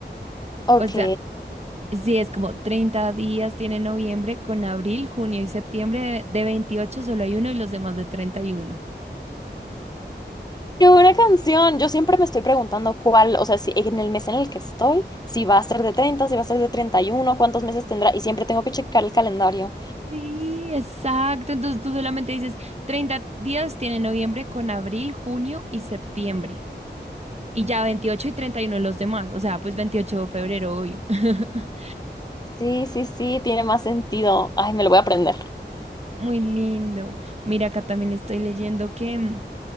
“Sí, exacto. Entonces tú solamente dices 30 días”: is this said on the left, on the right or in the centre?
Right